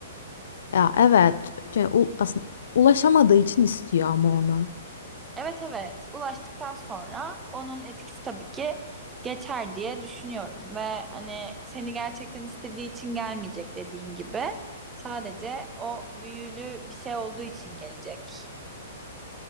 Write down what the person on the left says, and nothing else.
Ya evet. Şey, u- aslında ulaşamadığı için istiyor ama ona.